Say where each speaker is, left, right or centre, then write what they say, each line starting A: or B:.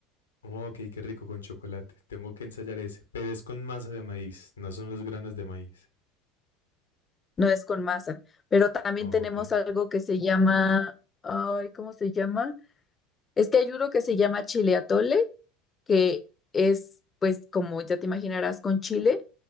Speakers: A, on the left; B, on the left.
A: Oh, ok, qué rico con chocolate. Tengo que ensayar ese. Pero es con masa de maíz, no son los granos de maíz.
B: no es con masa, pero también
A: Oh,
B: tenemos
A: ok.
B: algo que se llama, ay, ¿cómo se llama? Es que hay uno que se llama chile atole, que es, pues, como ya te imaginarás, con chile,